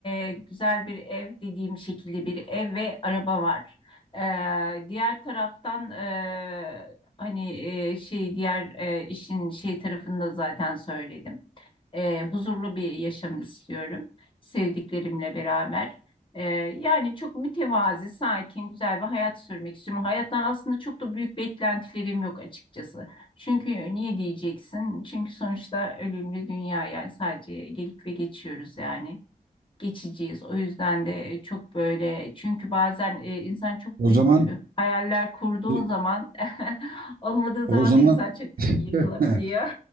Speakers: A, on the left; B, on the right.
A: e, güzel bir ev dediğim şekilde bir ev ve araba var. Ee, diğer taraftan e, hani e, şey diğer e, işin şey tarafını da zaten söyledim. E, huzurlu bir yaşam istiyorum sevdiklerimle beraber. E, yani çok mütevazi, sakin, güzel bir hayat sürmek istiyorum. Hayattan aslında çok da büyük beklentilerim yok açıkçası. Çünkü niye diyeceksin? Çünkü sonuçta ölümlü dünya yani sadece gelip ve geçiyoruz yani. Geçeceğiz. O yüzden de çok böyle çünkü bazen e, insan çok
B: O
A: büyük
B: zaman,
A: e, hayaller kurduğun
B: e,
A: zaman <laughs> olmadığı
B: o
A: zaman
B: zaman,
A: da insan çok
B: <laughs>
A: yıkılabiliyor.